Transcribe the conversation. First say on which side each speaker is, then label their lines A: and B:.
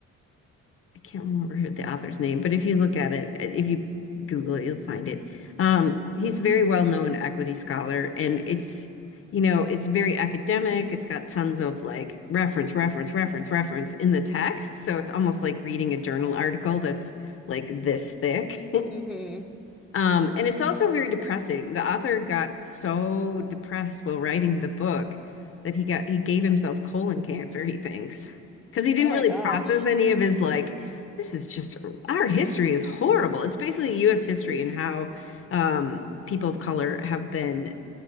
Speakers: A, on the left; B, in the centre.
A: I can't remember who the author's name, but if you look at it, uh, if you Google it, you'll find it. Um, he's very well known equity scholar, and it's you know it's very academic. It's got tons of like reference, reference, reference, reference in the text, so it's almost like reading a journal article that's like this thick.
B: hmm
A: Um, and it's also very depressing. The author got so depressed while writing the book that he got he gave himself colon cancer, he thinks, because he didn't
B: Oh my
A: really
B: gosh.
A: process any of his like, this is just our history is horrible. It's basically U.S. history and how um, people of color have been